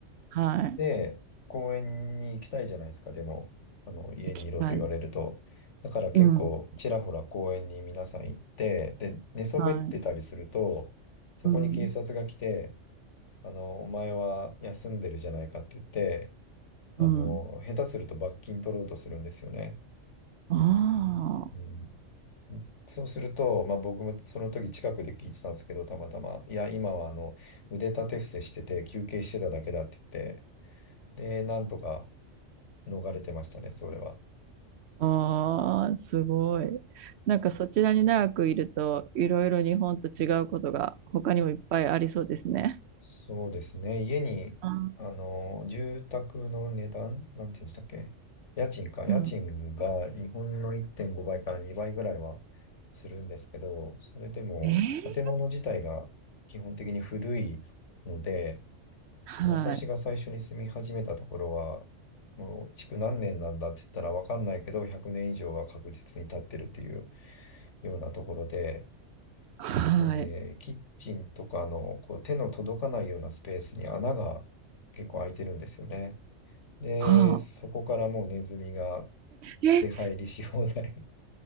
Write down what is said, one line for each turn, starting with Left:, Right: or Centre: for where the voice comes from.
Right: はい。
Left: で、公園に行きたいじゃないですか、でも、あの、家にいろと言われると。
Right: 行きたい。
Left: だから結構、
Right: うん。
Left: ちらほら公園に皆さん行って、で、寝そべってたりすると、
Right: はい。
Left: そこに警察が来て、
Right: うん。
Left: あの、お前は休んでるじゃないかって言って、あの、
Right: うん。
Left: 下手すると罰金取ろうとするんですよね。
Right: ああ。
Left: うん。そうすると、まあ僕もその時近くで聞いてたんですけど、たまたま、いや、今はあの、腕立て伏せしてて休憩してただけだって言って、で、なんとか逃れてましたね、それは。
Right: ああ、すごい。なんかそちらに長くいると、いろいろ日本と違うことが他にもいっぱいありそうですね。
Left: そうですね。家に、
Right: あー
Left: あの、住宅の値段、なんて言うんでしたっけ家賃か。家賃が日本の1.5倍から2倍ぐらいはするんですけど、
Right: うん。
Left: それでも建物自体が基本的に古いので、
Right: えーはい。
Left: 私が最初に住み始めたところは、もう築何年なんだって言ったらわかんないけど、100年以上は確実に経ってるっていうようなところで、
Right: はい。
Left: で、キッチンとかのこう手の届かないようなスペースに穴が結構開いてるんですよね。で、
Right: はあ。
Left: そこからもうネズミが
Right: え、
Left: 出入りし放題。